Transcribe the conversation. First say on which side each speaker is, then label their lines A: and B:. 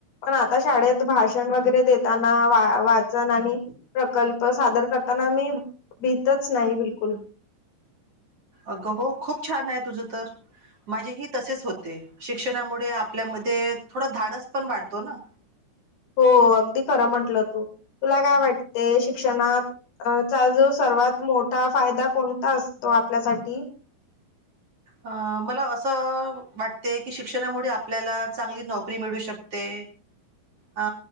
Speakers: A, on the left; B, on the right.
A: पण आता शाळेत भाषण वगैरे देताना. वा वाचन आणि प्रकल्प सादर कर -- ताना मी भितच नाही बिलकुल.
B: अगं हो खूप छान आहे तुझ तर माझेही तसेच होते. शिक्षणामुडेआपल्या- - मध्ये थोडा धाडस पण वाढतो ना?
A: <inaudible> हो अगदी खरं म्हंटलं तू तुला काय वाटतेयं शिक्षणात चा जो सर्वात मोठा फायदा कोणता असतो आपल्यासाठी?
B: अ मला असं वाटते की शिक्षणामुळे आपल्याला चांगली नोकरी मिळू शकते. <inaudible> अ